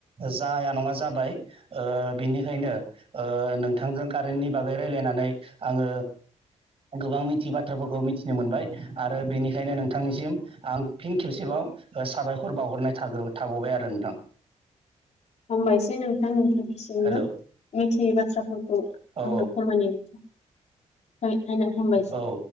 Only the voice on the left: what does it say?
हामबायसै नोंथांनो। निसिमबो
मिथियै बाथ्राफोरखौ
आंनो फोरमाय थाखाय आयनाव हामबायसै